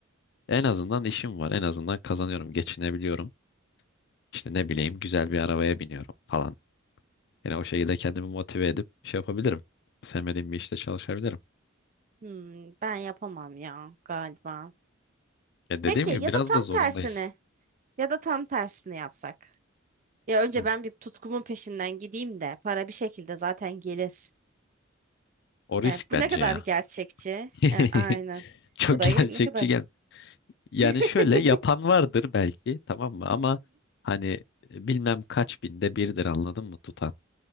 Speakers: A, on the left; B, on the right.
A: en azından işim var. En azından kazanıyorum, geçinebiliyorum. İşte ne bileyim güzel bir arabaya biniyorum falan. Yani o şekilde kendimi motive edip şey yapabilirim. Sevmediğim bir işte çalışabilirim.
B: Hmm, ben yapamam ya galiba.
A: Ya dediğim
B: Peki
A: gibi
B: ya
A: biraz
B: da tam
A: da zorundayız.
B: tersini ya da tam tersini yapsak. Ya önce
A: Hı.
B: ben bir tutkumun peşinden gideyim de para bir şekilde zaten gelir.
A: O risk
B: E, bu
A: bence
B: ne kadar
A: ya.
B: gerçekçi?
A: <laughs>
B: E, aynen.
A: Çok
B: Bu da
A: gerçekçi
B: ne kadar.
A: gel. Yani
B: <laughs>
A: şöyle yapan vardır belki tamam mı? Ama hani e, bilmem kaç binde birdir anladın mı tutan.